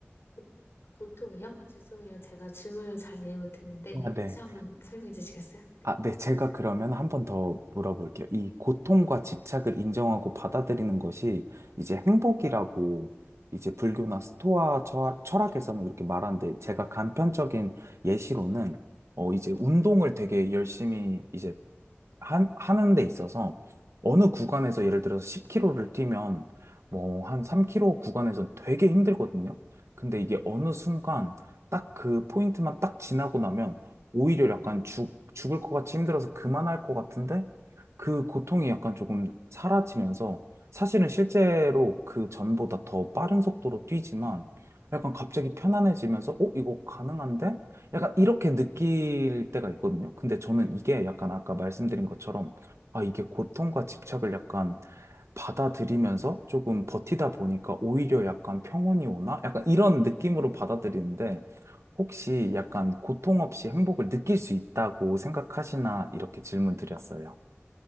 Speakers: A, on the left; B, on the right.
A: 고- 고통이요? 죄송해요. 제가 질문을 잘 이해 못했는데
B: 아, 네.
A: 다시 한번 설명해 주시겠어요? 네.
B: 아, 네. 제가 그러면 한번 더 물어볼게요. 이 고통과 집착을 인정하고 받아들이는 것이 이제 행복이라고 이제 불교나 스토아 철- 철학에서는 이렇게 말하는데 제가 간편적인 예시로는 어, 이제 운동을 되게 열심히 이제 한, 하는 데 있어서 어느 구간에서 예를 들어서 10km를 뛰면 뭐 한 3km 구간에선 되게 힘들거든요. 근데 이게 어느 순간 딱 그 포인트만 딱 지나고 나면 오히려 약간 죽, 죽을 것 같이 힘들어서 그만할 것 같은데 그 고통이 약간 조금 사라지면서 사실은 실제로 그 전보다 더 빠른 속도로 뛰지만 약간 갑자기 편안해지면서 어, 이거 가능한데? 약간 이렇게 느낄 때가 있거든요. 근데 저는 이게 약간 아까 말씀드린 것처럼, 아, 이게 고통과 집착을 약간 받아들이면서 조금 버티다 보니까 오히려 약간 평온이 오나? 약간 이런 느낌으로 받아들이는데, 혹시 약간 고통 없이 행복을 느낄 수 있다고 생각하시나? 이렇게 질문 드렸어요.